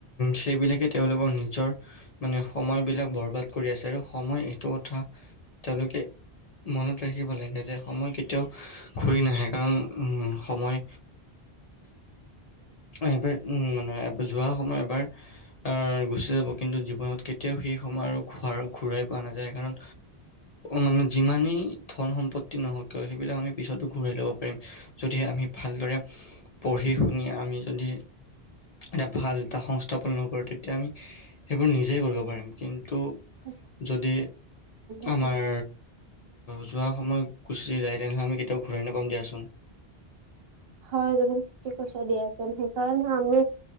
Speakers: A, on the left; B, on the right.
A: সেইবিলাকে তেওঁলোকৰ নিজৰ মানে সময় বিলাক বৰবাদ কৰি আছে আৰু সময় এইটো কথা তেওঁলোকে মনত ৰাখিব লাগে যে সময় কেতিয়াও ঘূৰি নাহে কাৰণ সময় এইবাৰ উ মানে যোৱা সময় এবাৰ আহ গুচি যাব কিন্তু জীৱনত কেয়া এতিয়াও সেই সময় আৰু খ ঘূৰাই পোৱা নাযায় কাৰণ মানে যিমানেই ধন সম্পত্তি নহওক কিয় সেইবিলাক আমি পিছতো ঘূৰাই ল'ব পাৰিম যদি আমি ভালদৰে পঢ়ি শুনি আমি যদি এটা ভাল এটা সংস্থাপন নকৰোঁ তেতিয়া আমি সেইবোৰ নিজেই কৰিব পাৰিম কিন্তু
B: আা
A: যদি
B: চলছো
A: আমাৰ যোৱা সময়ত গুচি যায় তেনেহ'লে আমি কেতিয়াও ঘূৰাই নাপাম দিয়াচোন
B: হয় তুমি ঠিকে কৈছা দিয়াচোন সেইকাৰণে আমি